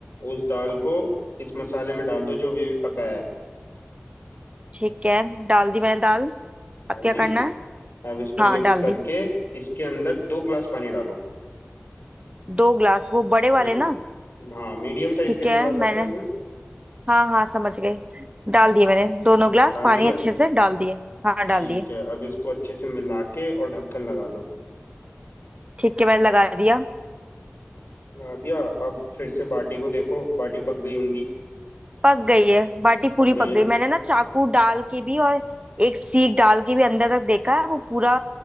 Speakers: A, on the left (about 70°); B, on the right (about 30°).
A: उस दाल को इस मसाले में डाल दो जो अभी भी पकाया है
B: ठीक है डाल दी मैंने दाल
A: डाल
B: अब क्या
A: दी
B: करना है
A: अब इसको
B: हाँ
A: मिक्स
B: डाल
A: करके
B: दी
A: इसके अंदर दो ग्लास पानी डालो
B: दो ग्लास वो बड़े वाले
A: हम्म
B: ना
A: हाँ मीडियम साइज
B: ठीक
A: के जो
B: है
A: ग्लास
B: मैंने
A: आते हैं अपने
B: हाँ हाँ समझ गए डाल दिए मैंने दोनों ग्लास
A: डाल
B: पानी
A: दिया
B: अच्छे से डाल दिए हाँ डाल
A: ठीक
B: दिए
A: है अब इसको अच्छे से मिला के और ढक्कन लगा दो
B: ठीक है मैंने लगा दिया
A: लगा दिया अब फिर से बाटी को देखो बाटी पक गई होंगी
B: पक गई है बाटी
A: पक
B: पूरी
A: गई
B: पक
A: है ना
B: गई मैंने ना चाकू डाल के भी और एक सीख डाल के भी अंदर तक देखा है वो पूरा